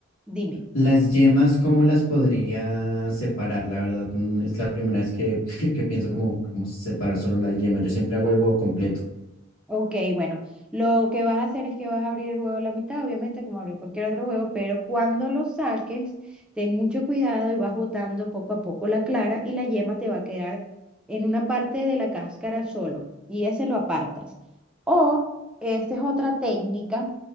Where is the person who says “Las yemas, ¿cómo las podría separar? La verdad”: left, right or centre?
Left